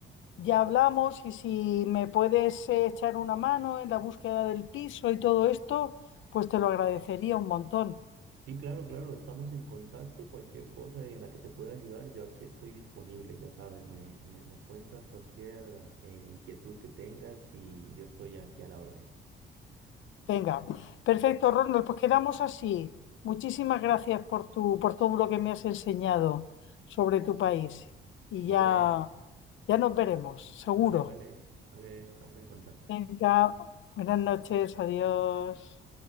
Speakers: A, on the left; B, on the right.
A: ya hablamos y si me puedes eh, echar una mano en la búsqueda del piso y todo esto, pues te lo agradecería un montón.
B: Sí, claro, claro, estamos en contacto. Cualquier cosa en la que te pueda ayudar, yo aquí estoy disponible, ya sabes, me, me, me cuentas cualquier eh, inquietud que tengas y yo estoy aquí a la orden.
A: Venga, perfecto, Ronald, pues quedamos así. Muchísimas gracias por tu, por todo lo que me has enseñado sobre tu país. Y
B: Vale,
A: ya, ya nos veremos, seguro.
B: vale, vale, vale, estamos en contacto.
A: Venga, buenas noches, adiós.